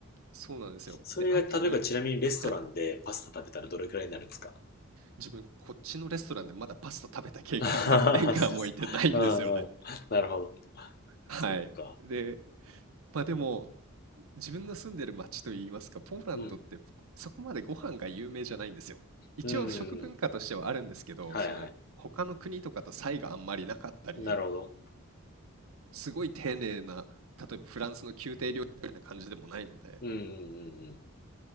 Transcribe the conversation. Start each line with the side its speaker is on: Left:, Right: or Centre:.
Right: そうなんですよ。
Left: それが、
Right: で、あとに、
Left: 例えばちなみにレストランでパスタ食べたらどれくらいになるんですか
Right: はい、自分、こっちのレストランでまだパスタ食べた経験が2年間もいてないんですよね。
Left: あははそうっすか <laughs> うんうん。なるほど。
Right: はい。
Left: そっか。
Right: で、まあでも、自分の住んでる町といいますか、ポーランドってそこまでご飯が有名じゃないんですよ。
Left: うん。
Right: 一応食文化としてはあるんですけど、
Left: うん。はいはい。
Right: その他の国とかと差異があんまりなかったり、
Left: なるほど。
Right: すごい丁寧な、例えばフランスの宮廷料理みたいな感じでもないので、
Left: うんうんうん